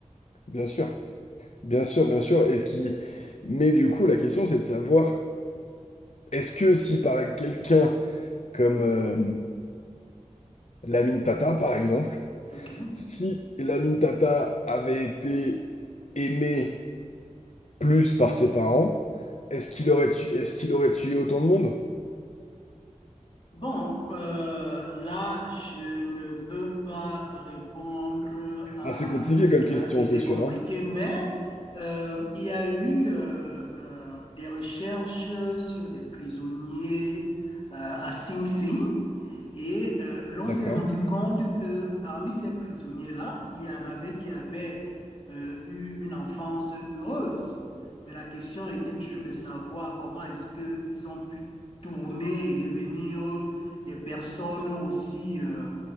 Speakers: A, on the left; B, on the left.
A: Bien sûr, bien sûr, bien sûr. Et ce qui... Mais du coup, la question, c'est de savoir, est-ce que si par quelqu'un comme euh, Lamine Tata, par exemple,
B: OK.
A: si Lamine Tata avait été aimé plus par ses parents, est-ce qu'il aurait tu- est-ce qu'il aurait tué autant de monde?
B: Bon, euh, là, je ne peux pas répondre à
A: Ah, c'est compliqué comme
B: ta...
A: question,
B: Oui, c'est
A: c'est sûr,
B: compliqué,
A: hein.
B: mais euh, il y a eu euh, euh, des recherches sur des prisonniers euh, à Sing Sing. Et euh, l'on
A: D'accord.
B: s'est rendu compte que parmi ces prisonniers-là, il y en avait qui avaient euh, eu une enfance heureuse. Mais la question était toujours de savoir comment est-ce qu'ils ont pu tourner et devenir des personnes aussi euh,